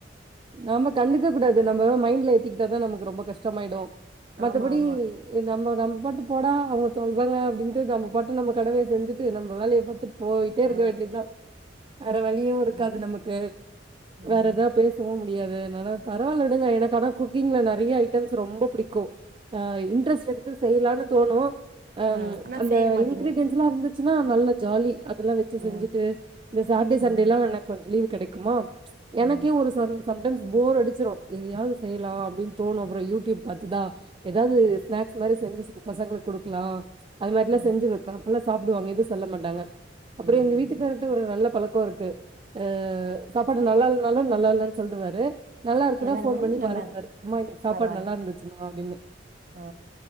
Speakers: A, on the right; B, on the right.
A: நாம கண்டி இருக்க கூடாது நம மைண்ட்ல ஏத்திக்கிட்ட தான் நமக்கு ரொம்ப கஷ்டமாயிடும் மத்தபடி
B: ஆமா ஆமா
A: நம்ம நம் பாட்டு போடா அவ்ங்க தொ இவங்க அப்டின்ட்டு நம்ம பாட்டு நம்ம கடமைய செஞ்சுட்டு நம்ம வேலைய பத்துட் போய்ட்டே இருக்க
B: ஆ
A: வேண்டித்தா வேற வழியு இருக்காது
B: ஆமா
A: நமக்கு
B: ம்
A: வேற எதாவ பேசவு முடியாது அதனால பரவால விடுங்க எனக்கு ஆனா குக்கிங்ல நெறையா ஐட்டம்ஸ் ரொம்ப பிடிக்கு ஆ இன்ட்ரெஸ்ட் எடுத்து செய்லானு தோணு அ
B: ஆ ஆனா
A: அந் இப்ப
B: செய்ய மாட்டீங்க
A: இன்கிரிடியன்ஸ் எல்லா இருந்து சுனா நல்ல ஜாலி அதெல்லா வெச்சு
B: ஆ
A: செஞ்சுட்டு இந்த சாட்டர்டே சண்டே
B: ம்
A: எல்லா எனக்கு கொஞ்ச லீவு கெடைக்குமா எனக்கே
B: ஆ
A: ஒரு ஸ்வரன் சம்டைம்ஸ் போர் அடிச்சிரு எதையாது செய்யலா அப்டின் தோணு அப்புற யூடியூப் பாத்துதா எதாவுது ஸ்நாக்ஸ் மாரி செஞ்சு ச பசங்களுக்கு குடுக்கலா அது மாரிலா
B: ஆ
A: செஞ்ச வெப்ப அப்பல்லா சாப்டுவாங்க எது சொல்ல மாட்டாங்க அப்புற
B: ம்
A: எங்க வீட்டுக்காரர்ட்ட ஒரு நல்ல பழக்க இருக்கு அ சாப்பாடு நல்லா இல்லனாலு நல்லா இல்லன் சொல்டுவாரு நல்லா இருக்குனா ஃபோன்
B: இருக்கணும்
A: பண்ணி
B: நல்லா
A: பாராட்டுவாரு
B: இருக்கு
A: அம்மா இன்னைக்கு சாப்பாடு
B: பரவால்ல
A: நல்லா இருந்துச்சுமா அப்டினு
B: ஆ